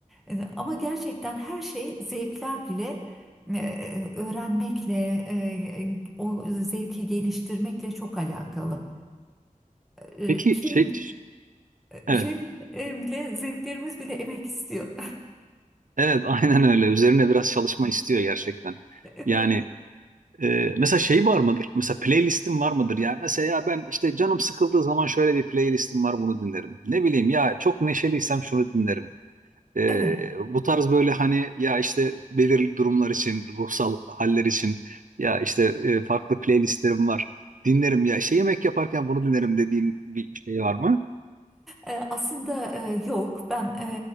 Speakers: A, in the centre; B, on the right.
A: E, Ama gerçekten her şey zevkler bile e, öğrenmekle, e, e, o zevki geliştirmekle çok alakalı. E,
B: Peki
A: Şey,
B: şey
A: e,
B: evet
A: şey bile, e, bile- zevklerimiz bile emek istiyor.
B: evet <laughs> aynen öyle. Üzerine biraz çalışma istiyor gerçekten.
A: <laughs>
B: Yani e, mesela şey var mıdır? Mesela playlistim var mıdır? Yani mesela ya ben işte canım sıkıldığı zaman şöyle bir playlistim var bunu dinlerim. Ne bileyim ya çok neşeliysem şunu dinlerim. Ee,
A: Evet.
B: bu tarz böyle hani ya işte belirli durumlar için, ruhsal haller için ya işte e, farklı playlistlerim var. Dinlerim ya işte yemek yaparken bunu dinlerim dediğin bir şey var mı?
A: E, Aslında e, yok. Ben e,